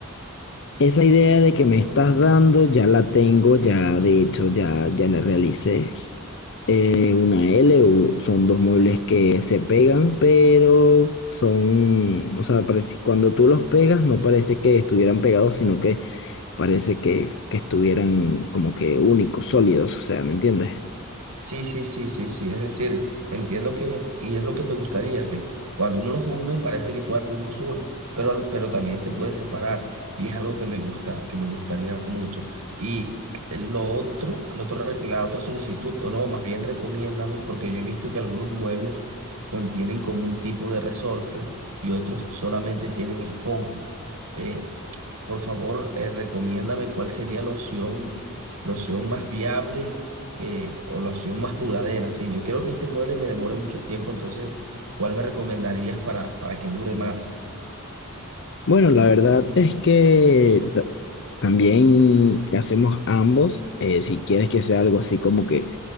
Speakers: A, on the left; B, on the right.
A: Esa idea de que me estás dando ya la tengo, ya de hecho ya, ya la realicé. Eh, una L u- son dos muebles que se pegan, pero son, o sea, parece- cuando tú los pegas no parece que estuvieran pegados, sino que parece que, que estuvieran como que únicos, sólidos, o sea, ¿me entiendes?
B: sí, sí, sí, sí, sí, es decir, entiendo que, y es lo que me gustaría, que cuando uno los une parece que fueran uno solo, pero, al- pero también se puede separar, y es algo que me gusta, que me gustaría mucho. Y lo otro, lo otro re- la otra solicitud, o no, más bien recomiéndame, porque yo he visto que algunos muebles contienen como un tipo de resorte y otros solamente tienen esponja. Eh, Por favor, eh, recomiéndame cuál sería la opción, la opción más viable eh, o la opción más duradera. Sí, yo quiero que este mueble me demore mucho tiempo, entonces, ¿cuál me recomendarías para, para que dure más?
A: Bueno, la verdad es que ta- también hacemos ambos. eh, si quieres que sea algo así como que